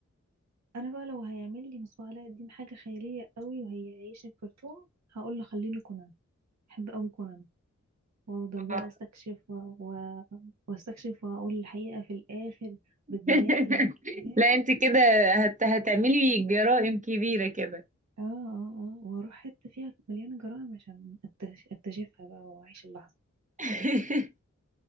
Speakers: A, on the right; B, on the right.
A: أنا بقى لو هيعمل لي مصباح علاء الدين حاجة خيالية قوي وهي عايشة في كرتون هقول له خليني كونان بحب قوي كونان وافضل بقى
B: آه.
A: استكشف و... و... واستكشف واقول الحقيقة في الاخر
B: <laughs>
A: بالدلائل ياه
B: لا انت كده هت... هتعملي جرائم كبيرة كده
A: اه اه اه واروح حتة فيها مليانة جرائم عشان أكتش... اكتشفها بقى واعيش اللحظة
B: <laughs>